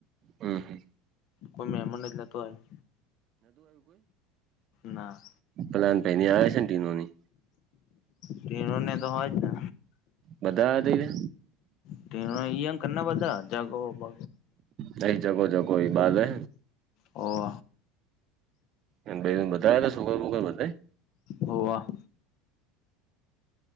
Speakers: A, on the right (about 45°); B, on the left (about 55°).
A: હમ હમ.
B: કોઈ મહેમાન જ નોતુ આયુ. ના.
A: પ્લાન પેની આવે ટીનુ ની.
B: ટીનુ ની તો હોય જ ને.
A: બધા આયા
B: ટીનો અહિયા કના બધા જગો બગો.
A: કઈ જગો જગો ઇ બાલ હે.
B: હોવ
A: એ બેન બતાયા તા છોકરા બોકરા બધાયે.
B: હોવા.